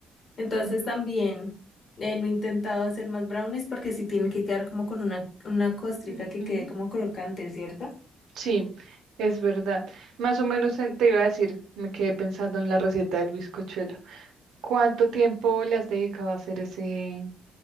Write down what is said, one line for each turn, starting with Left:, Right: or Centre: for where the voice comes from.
Left: Entonces
Right: mm,
Left: también eh, no he intentado hacer más brownies porque sí tienen que quedar como con una, una costrica
Right: ujú.
Left: que quede como crocante, ¿cierto?
Right: Sí, es verdad. Más o menos en- te iba a decir, me quedé pensando en la receta del bizcochuelo. ¿Cuánto tiempo le has dedicado a hacer ese,